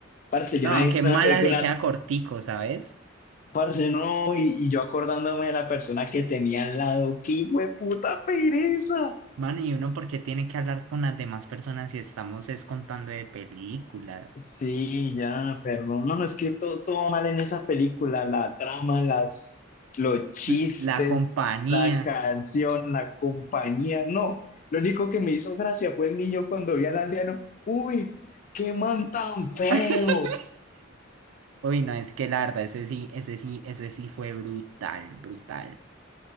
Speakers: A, on the left; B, on the right.
A: Parce, yo
B: No,
A: no he
B: aunque
A: visto
B: mala
A: una película,
B: le queda cortico, ¿sabes?
A: parce, no, y, y yo acordándome de la persona que tenía al lado. ¡Qué hijueputa pereza!
B: Mano, y uno porque tiene que hablar con las demás personas si estamos es contando de películas.
A: Sí, ya, pero no, no, no, es que todo, todo mal en esa película, la trama, las, los chistes,
B: L- La compañía.
A: la canción, la compañía, no, lo único que me hizo gracia fue el niño cuando vi al aldeano, uy, qué man tan feo,
B: <laughs> Uy, no, es que la verdad, ese sí, ese sí, ese sí fue brutal, brutal.